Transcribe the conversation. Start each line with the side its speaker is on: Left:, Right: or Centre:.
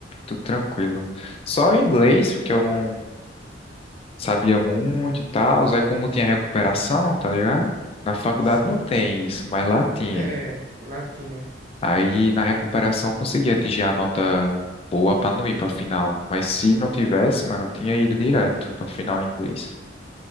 Left: tudo tranquilo. Só em inglês, porque eu não sabia muito e tal, aí como tinha recuperação, tá ligado? Na faculdade
Right: Sim.
Left: não tem isso, mas lá tinha.
Right: É, lá tinha.
Left: Aí na recuperação eu consegui atingir a nota boa para não ir para final, mas se não tivesse, mano, eu tinha ido direto para final em inglês.